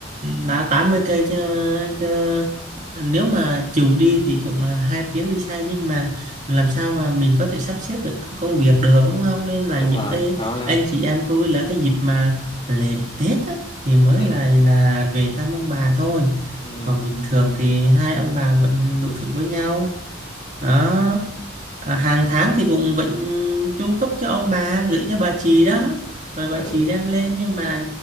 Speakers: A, on the right; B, on the left.
A: là 80 cây chứ, chứ nếu mà chiều đi thì cũng là hai tiếng đi xe nhưng mà làm sao mà mình có thể sắp xếp được công việc được đúng không nên là
B: đúng
A: những
B: rồi
A: cái
B: khó lắm
A: anh chị em tôi là cái dịp mà lễ Tết á, thì mới
B: ừ
A: là là về thăm ông bà thôi
B: ừ
A: còn bình thường thì hai ông bà vẫn tụ thụ với nhau đó À, hàng tháng thì cũng vẫn chu cấp cho ông bà gửi cho bà chị đó rồi
B: ừ
A: bà chị đem lên nhưng mà